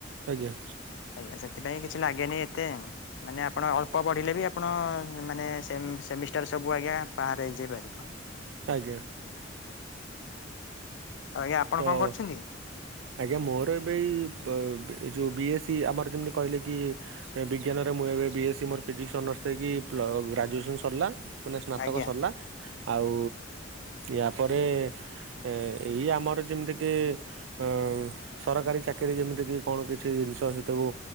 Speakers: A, on the right (about 80°); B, on the left (about 65°).
A: ଆଜ୍ଞା।
B: ଆଜ୍ଞା ସେଥିପାଇଁ କିଛି ଲାଗେନି ଏତେ। ମାନେ ଆପଣ ଅଳ୍ପ ପଢିଲେ ବି ଆପଣ ମାନେ ସେମି ସେମିଷ୍ଟାର ସବୁ ଆଜ୍ଞା ପାର୍ ହେଇଯାଇ ପାରିବେ।
A: ଆଜ୍ଞା
B: ଆଉ ଆଜ୍ଞା ଆପଣ
A: ତ
B: କଣ କରୁଛନ୍ତି?
A: ଆଜ୍ଞା ମୋର ଏବେ ଏଇ ବ ଅ ଏ ଯୋଉ ବି ଏ ସି ଆମର ଯେମିତି କହିଲେ କି ବିଜ୍ଞାନରେ ମୁଁ ବି ଏ ସି ମୋର ଫିଜିକ୍ସ ଅନରସ ଥାଇକି, ଗ୍ରାଯୁଏସନ ସରିଲା, ମାନେ ସ୍ନାତକ
B: ଆଜ୍ଞା
A: ସରଲା। ଆଉ ୟା ପରେ ଏ ଇଏ ଆମର ଯେମିତି ଟିଏ ଅ ସରକାରୀ ଚାକିରି ଯେମିତି କିି କଣ କିଛି ଜିନିଷ ସେତବୁ